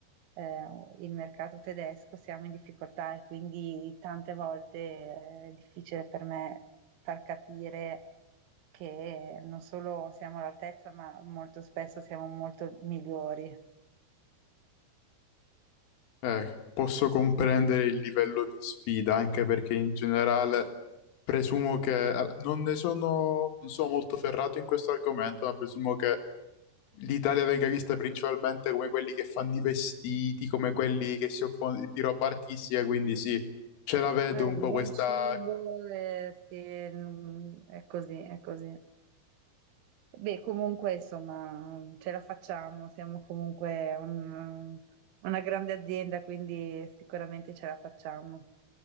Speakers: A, on the right; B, on the left.
A: eh, il mercato tedesco, siamo in difficoltà e quindi tante volte eh, è difficile per me far capire che non solo siamo all'altezza, ma molto spesso siamo molto migliori.
B: Eh, posso comprendere il livello di sfida, anche perché in generale presumo che... eh, Non ne sono, non sono molto ferrato in questo argomento, ma presumo che l'Italia venga vista principalmente come quelli che fanno i vestiti, come quelli che si occupano di di roba artistica, quindi sì, ce la vedo
A: Eh,
B: un
A: il
B: po'
A: buon
B: questa...
A: cibo, eh, sì, mm, è così, è così. Beh, comunque, insomma, ce la facciamo, siamo comunque un- una grande azienda, quindi sicuramente ce la facciamo.